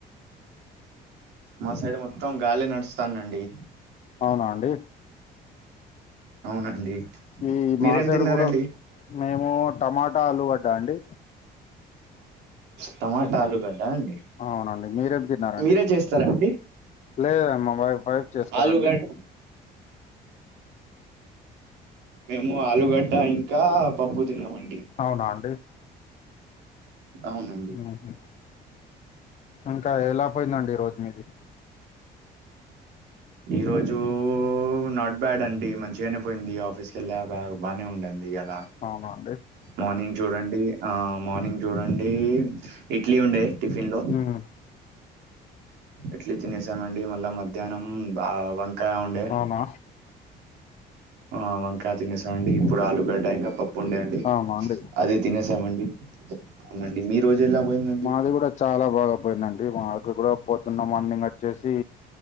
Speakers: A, on the right; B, on the left.
A: మా సైడ్ మొత్తం గాలి నడుస్తందండి
B: అవున అండి
A: అవునండి
B: ఈ
A: మీరేం
B: మాసేడు
A: తిన్నారండి
B: కూడా మేము టమాటా ఆలుగడ్డా అండి
A: టమాటా ఆలుగడ్డ అండి
B: అవునండి మీరేం తిన్నారండి
A: మీరే చేస్తారా అండి
B: లేదండి మవైఫ్ చేస్తారండి
A: ఆలుగడ్ మేము ఆలుగడ్డ ఇంకా పప్పు తిన్నామండి
B: అవునా అండి
A: అవునండి
B: ఉహు ఇంకా ఎలా పోయిందండి ఈ రోజు మీది
A: ఈ రోజు నాట్ బ్యాడ్ అండి మంచిగానే పోయింది ఆఫీస్కి వెళ్ళ బ్యాగ బానే ఉందండి ఇయల
B: అవున అండి
A: మార్నింగ్ చూడండి ఆ మార్నింగ్ చూడండి ఇడ్లీ ఉండే టిఫిన్ లో
B: ఉమ్
A: ఇడ్లీ తినేసామండి మళ్ళా మధ్యాహ్నం వంకాయ ఉండే
B: అమ్మ
A: ఆ వంకాయ తినేసామండి ఇప్పుడు ఆలు గడ్డ ఇంకా పప్పు ఉండే అండి
B: అవునా అండి
A: అది తినేసామండి అవునండి మీ రోజు ఎలా పోయిందండి
B: మాది కూడా చాలా బాగా పోయిందండి మాకు కూడా పొద్దున్న మార్నింగ్ వచ్చేసి